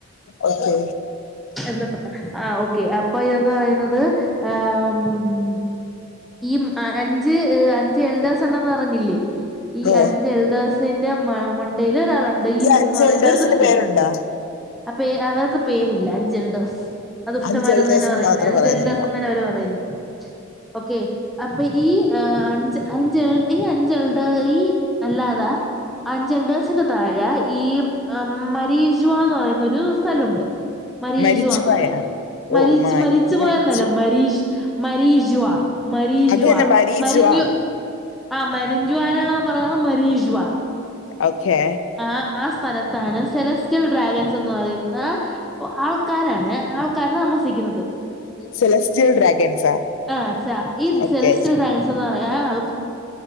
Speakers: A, on the left; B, in the centre.
A: ഓക്കെ
B: എവിടെ പറഞ്ഞ ആ ഓക്കെ അപ്പൊ ഇതന്ന് പറയുന്നത് ആ.. മ് ഈ അഞ്ച് അഞ്ച് എൽഡേസ് ഉണ്ടന്ന് അറിഞ്ഞില്ലേ ഈ
A: ഓ
B: അഞ്ച് എൽഡേസ് ന്റെ മണ്ടേൽ ഒരാളുണ്ട്
A: ഈ
B: ഈമൂ
A: അഞ്ച്
B: ന്ന് പറയുന്ന
A: എൽഡേഴ്സിന്
B: ഒരു ദുഷ്ടൻ
A: പേരുണ്ടോ
B: പേ അവർക്ക് പേരില്ല അഞ്ചൽഡേഴ്സ് അതുഷ്ടമാരന്ന്
A: അഞ്ച് എൽഡേഴ്സിന്
B: തന്നെ പറയുന്നത്
A: മാത്രമേ
B: അൽ
A: പറയുന്നുള്ളൂ
B: ജൽഡാസ് എന്ന് തന്നെ അവര് പറയുന്നത് ഓക്കെ അപ്പൊ ഈ അഞ്ച് അഞ്ചൾ ഈ അഞ്ചൾടെ ഈ അല്ലാതാ അഞ്ചൽഡേഴ്സിന്റെ താഴെ ഈ മരീജു വാന്ന് പറയുന്നൊരു സ്ഥലഉണ്ട് മരീജുവാന്ന്
A: മരിജുവായ
B: പറ മരി
A: ഓ മാരി
B: മരിച്ചു
A: മരിജു
B: പോയന്നല്ല മരീ മരീജുവാ മരീജുവാ
A: അത് തന്നെ മരീജുവ
B: മരിഞ്ഞു ആ മരിഞ്ഞു ആന പറ മരീജുവാ
A: ഓക്കെ
B: ആ ആ സ്ഥലത്താണ് സെലസ്റ്റ്യൽ ഡ്രാഗൻസ് എന്ന് പറയുന്ന ഓ ആൾക്കാരാണ് ആൾക്കാര് താമസിക്കുന്നത്
A: സെലസ്റ്റിയൽ ഡ്രാഗൻസാ
B: ആഹ് ഈ
A: ഓക്കെ
B: സെലസ്റ്റ്രിയൽ ഡ്രാഗൺസ് എന്ന് പറയു ആ ആൾ